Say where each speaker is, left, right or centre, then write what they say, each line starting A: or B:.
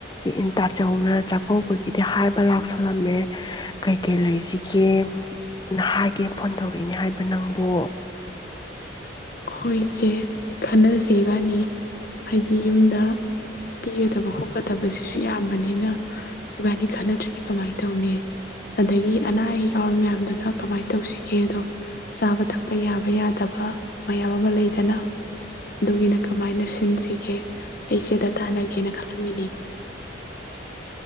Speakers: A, on the left; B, on the left.
A: ꯏꯟ ꯇꯥꯆꯧꯅ ꯆꯥꯛꯀꯧꯕꯒꯤꯗꯤ ꯍꯥꯏꯕ ꯂꯥꯛꯁꯜꯂꯝꯃꯦ ꯀꯩꯀꯩ ꯂꯩꯁꯤꯒꯦꯅ ꯍꯥꯏꯒꯦ ꯐꯣꯟ ꯇꯧꯔꯛꯏꯅꯦ ꯍꯥꯏꯕ ꯅꯪꯕꯨ
B: ꯍꯈꯣꯏ ꯏꯆꯦ ꯈꯟꯅꯁꯦ ꯏꯕꯥꯅꯤ ꯍꯥꯏꯗꯤ ꯌꯨꯝꯗ ꯄꯤꯒꯗꯕ ꯈꯣꯠꯀꯗꯕꯁꯤꯁꯨ ꯌꯥꯝꯕꯅꯤꯅ ꯏꯕꯥꯅꯤ ꯈꯟꯅꯗ꯭ꯔꯗꯤ ꯀꯃꯥꯏꯅ ꯇꯧꯅꯤ ꯑꯗꯒꯤ ꯑꯅꯥ ꯑꯌꯦꯛ ꯌꯥꯎꯔꯤ ꯃꯌꯥꯝꯗꯨꯅ ꯀꯃꯥꯏꯅ ꯇꯧꯁꯤꯒꯦꯗꯣ ꯆꯥꯕ ꯊꯛꯄ ꯌꯥꯕ ꯌꯥꯗꯕ ꯃꯌꯥꯝ ꯑꯃ ꯂꯩꯗꯅ ꯑꯗꯨꯒꯤꯅ ꯀꯃꯥꯏꯅ ꯁꯤꯟꯁꯤꯒꯦ ꯑꯩꯁꯤꯦꯗ ꯇꯥꯟꯅꯒꯦꯅ ꯈꯜꯂꯝꯃꯤꯅꯤ